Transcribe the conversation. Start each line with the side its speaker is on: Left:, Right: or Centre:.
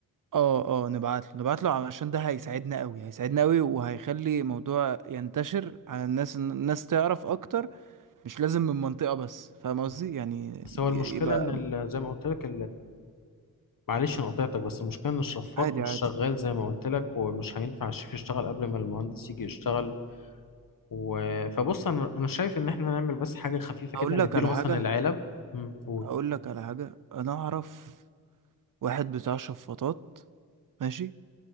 Right: اه اه نبعت له نبعت له علشان ده هيساعدنا قوي هيساعدنا قوي وهيخلي الموضوع ينتشر على الناس الناس تعرف اكتر مش لازم من منطقة بس فاهم قصدي
Left: مم.
Right: يعني
Left: بس هو
Right: يبقى
Left: المشكله ان ال- زي ما قلت لك معلش انا قطعتك بس المشكله ان الشفاط
Right: عادي
Left: مش
Right: عادي
Left: شغال زي ما قلت لك ومش هينفع الشيف يشتغل قبل ما المهندس يجي يشتغل و... فبص انا انا شايف ان احنا نعمل بس حاجه خفيفه
Right: اقول
Left: كده انا
Right: لك
Left: مديله
Right: على
Left: مثلا
Right: حاجة
Left: العلب امم قول
Right: اقول لك على حاجة انا اعرف واحد بتاع شفاطات ماشي